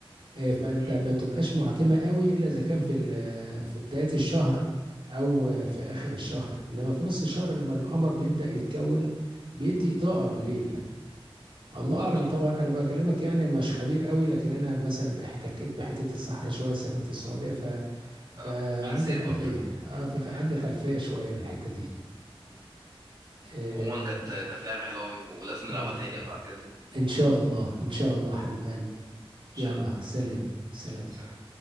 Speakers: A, on the right; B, on the right.
A: آه، فانت
B: امم
A: ما بتبقاش معتمه قوي الا اذا كان في ال- في بدايه الشهر او آه، في اخر الشهر انما في نص الشهر لما القمر بيبدا يتكون بيدي اضاءه بالليل الله
B: بالظبط
A: اعلم
B: اه
A: طبعا انا بكلمك يعني
B: مم.
A: مش خبير قوي لكن انا مثلا احتكيت بحته الصحراء شويه سافرت السعوديه ف... فعندي
B: اه حسيت
A: خلفيه
B: برضه
A: اه
B: <laughs>
A: فعندي خلفيه شويه بالحته دي
B: مم.
A: آه،
B: عموما كانت كانت لعبة حلوة أوي ولازم نلعبها
A: تمام
B: تاني بعد كده ان
A: ان شاء الله ان شاء الله حبيب قلبي
B: شاء
A: يلا
B: الله
A: سلام سلام
B: سلام